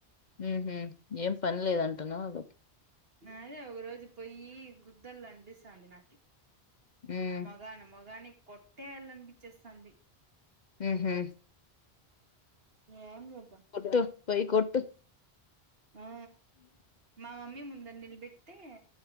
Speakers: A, on the left; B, on the right.
A: ఉహ ఏం పని లేదంటనా వాళ్ళకి
B: అదే ఒక రోజు పోయి గు ఇద్దల కనిపిస్తంది నాకి
A: ఉమ్
B: మగాన మగాని కొట్టేయాలనిపించేస్తుంది
A: ఉహు
B: ఏం చె
A: ఒత్త పోయికొట్టు
B: ఆ మా మమ్మీ ముందండె బిట్టతే